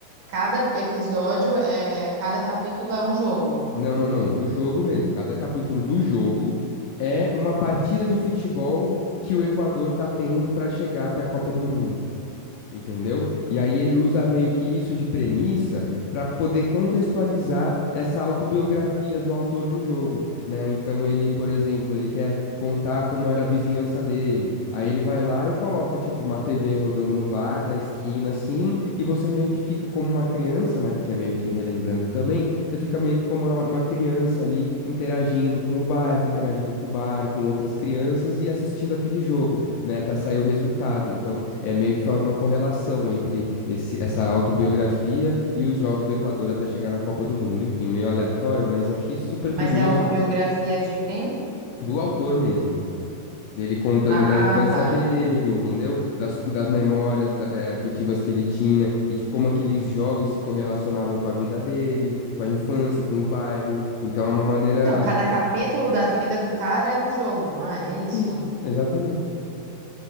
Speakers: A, on the right; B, on the left.
A: cada episódio, é, cada capítulo é um jogo.
B: Não, não, não, do jogo mesmo. Cada capítulo do jogo é uma partida de futebol que o Equador tá tendo pra chegar até a Copa do Mundo. Entendeu? E aí ele usa meio que isso de premissa para poder contextualizar essa autobiografia do autor do jogo, né? Então ele, por exemplo, ele quer contar como era a vizinhança dele. Aí ele vai lá e coloca tipo uma TV rodando no bar da esquina assim, e você meio que fica como uma criança, né? Porque é meio que relembrando também, você fica meio que como uma uma criança ali interagindo com o bairro, interagindo com o bar, com outras crianças e assistindo aquele jogo, né? Até sair o resultado. Então é meio que faz uma correlação entre esse- essa autobiografia e os jogos do Equador até chegar na Copa do Mundo. Enfim, meio aleatório, mas eu achei super curioso
A: Mas é a autobiografia de quem?
B: do autor mesmo. Dele contando
A: Ah,
B: da infância
A: tá,
B: dele,
A: entendi.
B: entendeu? Das, cu- das memórias da- eh, afetivas que ele tinha e de como aqueles jogos se correlacionavam com a vida dele, com a infância, com o bairro. Então é uma maneira.
A: Então, cada capítulo da vida do cara é um jogo, não é isso?
B: Isso, exatamente.